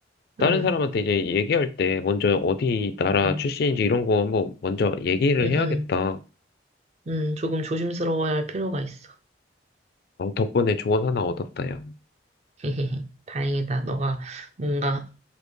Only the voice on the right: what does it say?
음,
음,
음, 음,
음, 조금 조심스러워야 할 필요가 있어.
<laughs> 다행이다. 너가 뭔가